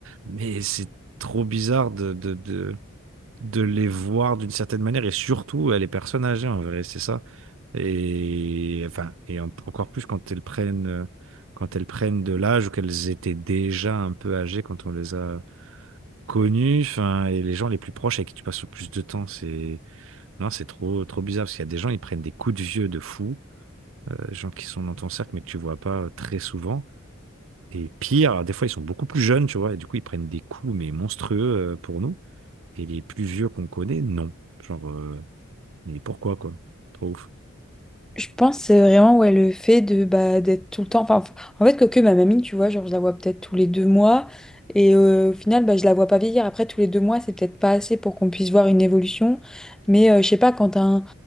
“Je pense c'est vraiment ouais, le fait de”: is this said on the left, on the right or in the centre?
Centre